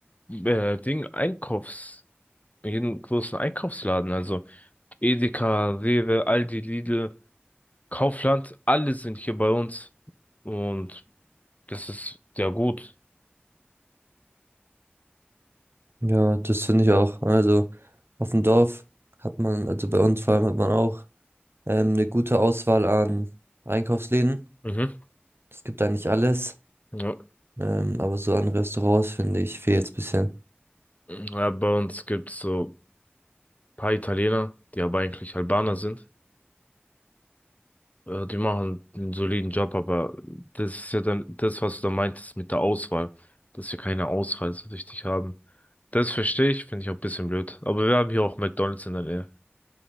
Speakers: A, on the left; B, on the right.
A: äh, Ding Einkaufs, jeden großen Einkaufsladen. Also Edeka, Rewe, Aldi, Lidl, Kaufland, alle sind hier bei uns. Und das ist ja gut.
B: Ja, das finde ich auch. Also auf dem Dorf hat man, also bei uns vor allem hat man auch ähm, eine gute Auswahl an Einkaufsläden.
A: Mhm.
B: Es gibt da nicht alles,
A: Ja.
B: ähm, aber so an Restaurants finde ich fehlt es bisschen.
A: Ja, bei uns gibt's so ein paar Italiener, die aber eigentlich Albaner sind. Ja, die machen einen soliden Job, aber das ist ja dann das, was du da meintest mit der Auswahl, dass wir keine Auswahl so richtig haben. Das verstehe ich, finde ich auch ein bisschen blöd. Aber wir haben hier auch McDonald's in der Nähe.